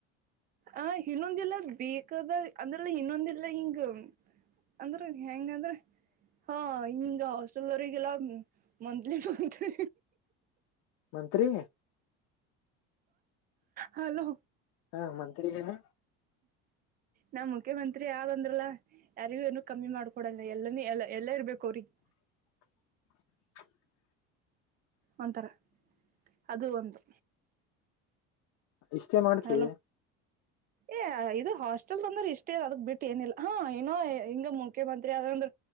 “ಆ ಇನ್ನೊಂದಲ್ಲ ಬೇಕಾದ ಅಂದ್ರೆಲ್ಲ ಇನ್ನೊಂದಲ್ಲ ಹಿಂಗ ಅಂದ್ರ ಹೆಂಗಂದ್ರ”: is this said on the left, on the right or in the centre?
Right